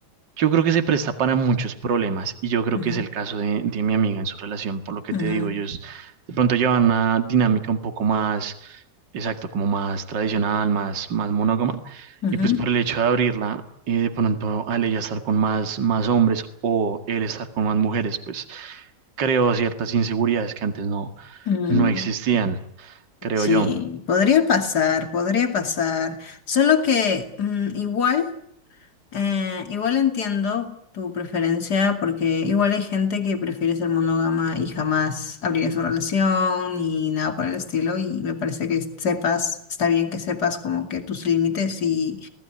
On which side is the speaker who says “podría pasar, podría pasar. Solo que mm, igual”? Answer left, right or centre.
Left